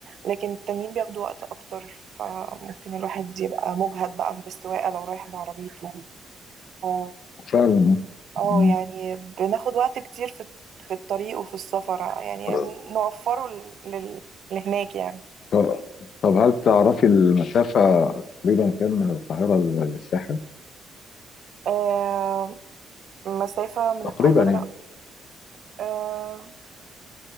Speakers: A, on the right; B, on the left.
A: لكن التانيين بياخدوا وقت أكتر فممكن الواحد يبقى مجهد بقى من السواقة لو رايح بعربيته آه.
B: فعلا
A: اه
B: مم.
A: يعني بناخد وقت كتير في في الطريق وفي السفر يعني
B: آه،
A: نوفره ل- لل... لهناك يعني
B: طب طب هل تعرفي المسافه تقريبا كام من القاهره لل- للساحل
A: آه مسافة من
B: تقريبا
A: القاهرة
B: يعني
A: آه